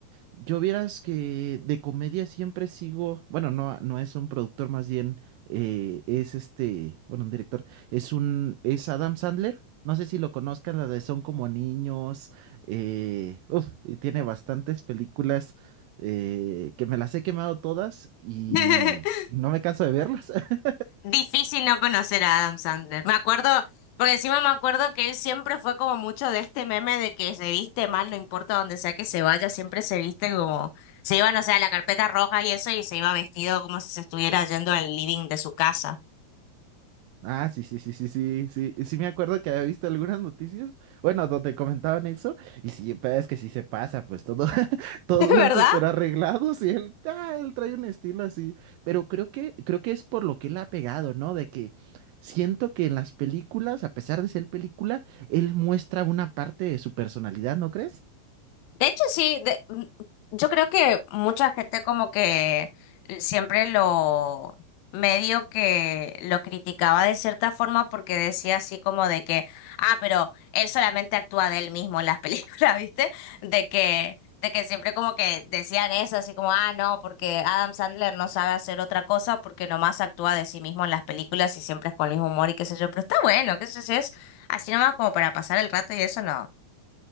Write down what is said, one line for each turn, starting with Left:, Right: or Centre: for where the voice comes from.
Right: Yo vieras que de comedia siempre sigo, bueno, no, no es un productor, más bien eh, es este, bueno, un director, es un, es Adam Sandler, no sé si lo conozcan, las de Son como niños, eh, uf, y tiene bastantes películas eh, que me las he quemado todas y
Left: <laughs>
Right: no me canso de verlas. <laughs>
Left: Difícil no conocer a Adam Sandler. Me acuerdo, porque encima me acuerdo que él siempre fue como mucho de este meme de que se viste mal, no importa donde sea que se vaya, siempre se viste como, se iba, no sé, a la carpeta roja y eso, y se iba vestido como si se estuviera yendo al living de su casa.
Right: Ah, sí, sí, sí, sí, sí, sí, sí me acuerdo que había visto algunas noticias, bueno, donde comentaban eso, y sí, pero es que sí se pasa, pues todo. Todos
Left: <laughs> ¿Es verdad?
Right: van súper arreglados y él, ah, él trae un estilo así. Pero creo que, creo que es por lo que él ha pegado, ¿no? De que siento que en las películas, a pesar de ser película, él muestra una parte de su personalidad, ¿no crees?
Left: De hecho, sí, de- mm, yo creo que mucha gente como que siempre lo medio que lo criticaba de cierta forma porque decía así como de que, ah, pero él solamente actúa de él mismo en las películas, <laughs> ¿viste? De que, de que siempre como que decían eso, así como, ah, no, porque Adam Sandler no sabe hacer otra cosa porque nomás actúa de sí mismo en las películas y siempre es con el mismo humor y qué sé yo, pero está bueno, qué sé yo, si es así nomás como para pasar el rato y eso no.